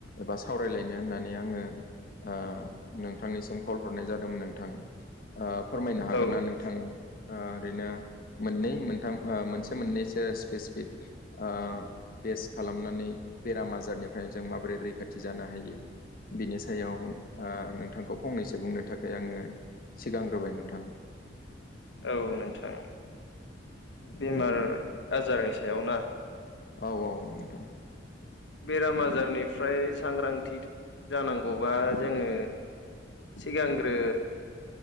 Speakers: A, on the left; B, on the left.
A: एबा सावरायलायनो होननानै आङो ओ नोंथांनिसिम कल हरनाय जादोंमोन नोंथां ओ फोरमायनो हागोन
B: औ
A: ना नोंथाङा ओ ओरैनो मोननै मोनथाम ओ मोनसे मोननैसो स्पेसिफिक ओ बेस खालामनानै बेराम आजारनिफ्राय जों माबोरै रैखाथि जानो हायो बिनि सायाव ओ नोंथांखौ फंनैसो बुंनो थाखाय आङो सिगांग्रोबाय नोंथां
B: औ नोंथां बेमार आजारनि सायाव ना
A: औ औ नोंथां
B: बेराम आजारनिफ्राय सांग्रांथि जानांगौबा जोङो सिगांग्रो